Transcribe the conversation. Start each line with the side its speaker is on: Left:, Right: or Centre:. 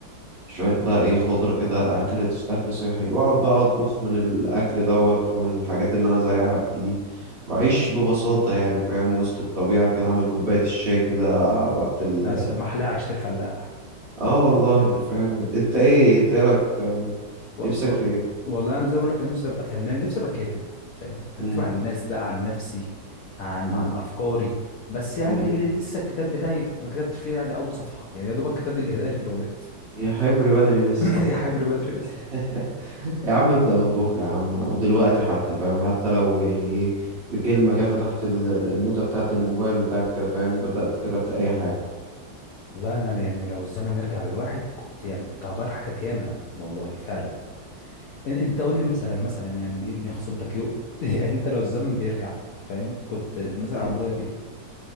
Right: شوية بقى إيه خضرة كده أكل أكل صحي وأقعد بقى أطبخ من الأكل دوت ومن الحاجات اللي أنا زارعها بإيدي وأعيش ببساطة يعني فاهم وسط الطبيعة كده أعمل كوباية الشاي كده وقت ال
Left: يا سم- محلاها عيشه الفلاح
Right: آه والله فاهم أنت إيه أنت إيه رأيك في الكلام ده؟
Left: وال...
Right: نفسك
Left: وال...
Right: في إيه؟
Left: والله انا زي ما بقول لك انا نفسي ابقى فنان نفسي ابقى كاتب فاهم اكتب
Right: مم.
Left: عن الناس بقى عن نفسي عن
Right: مم.
Left: عن افكاري بس يعني
Right: مم.
Left: ل- لسه الكتاب بتاعي ما كتبتش فيه يعني اول صفحه يعني يا دوبك كتبت الاهداف اللي في الغلاف
Right: يا حبري بدري لسه
Left: <clears throat> <coughs> يا حبر بدري
Right: <laughs> يا عم ابدأ من بكرة يا عم ودلوقتي حتى فاهم حتى لو يعني ايه بكلمة كده فتحت ال- ال- النوتة بتاعة الموبايل بتاعك كده فاهم بدأت كتبت أي حاجة
Left: والله انا يعني لو الزمن يرجع بالواحد كنت يعني كنت هغير حاجات ياما والله فعلا إن- انت قول لي مثلا مثلا يعني إيه اللي خصمتك يوم <laughs> يعني انت لو الزمن بيرجع فاهم كنت مثلا
Right: مم.
Left: هتغير ايه